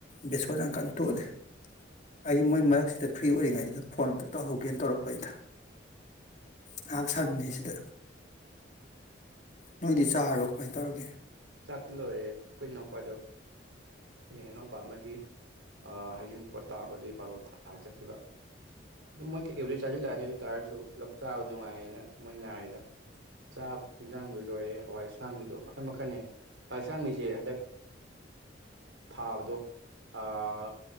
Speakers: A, on the left (about 40°); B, on the right (about 80°).
A: ꯕꯦꯁꯣꯟ ꯌꯥꯝꯀꯥꯟ ꯇꯣꯠꯂꯦ ꯑꯩ ꯃꯣꯏ ꯃꯔꯛꯁꯤꯗ ꯐ꯭ꯔꯤ ꯑꯣꯏꯔꯤꯉꯩꯁꯤꯗ ꯐꯣꯟ ꯑꯝꯇ ꯇꯧꯍꯧꯒꯦꯅ ꯇꯧꯔꯛꯄꯅꯤꯗ ꯉꯍꯥꯛ
B: ꯐꯔꯦ
A: ꯁꯪꯉꯤꯉꯩꯁꯤꯗ
B: ꯐꯔꯦ
A: ꯅꯣꯏꯗꯤ ꯆꯥꯔꯕꯣ ꯀꯃꯥꯏ ꯇꯧꯔꯒꯦ
B: ꯆꯥꯛꯇꯤ ꯂꯣꯏꯔꯦ ꯑꯩꯈꯣꯏ ꯏꯅꯥꯎꯄꯥꯗꯣ ꯍꯌꯦꯡ ꯏꯅꯥꯎꯄꯥ ꯑꯃꯒꯤ ꯑ ꯍꯩꯖꯤꯡ ꯄꯣꯠ ꯇꯥꯕ ꯑꯗꯨꯒꯤ ꯕꯥꯂꯣꯟ ꯊꯥꯕ ꯆꯠꯈꯤꯕ ꯑꯗꯨ ꯃꯣꯏ ꯀꯩꯀꯩꯕꯨꯗꯤ ꯆꯥꯖꯤꯜꯂꯛꯑꯅꯤ ꯑꯗꯨ ꯇꯥꯔꯁꯨ ꯄꯨꯂꯞ ꯆꯥꯕ ꯅꯨꯡꯉꯥꯏꯌꯦꯅ ꯃꯣꯏ ꯉꯥꯏꯔꯤꯗ ꯆꯥ ꯌꯦꯟꯖꯥꯡꯕꯨꯗꯨ ꯂꯣꯏꯔꯦ ꯍꯋꯥꯏ ꯑꯁꯥꯡꯕꯤꯗꯣ ꯃꯈꯟ ꯃꯈꯟꯅꯦ ꯍꯋꯥꯏ ꯑꯁꯥꯡꯃꯤꯁꯦ ꯍꯟꯗꯛ ꯊꯥꯕꯗꯣ ꯑꯥ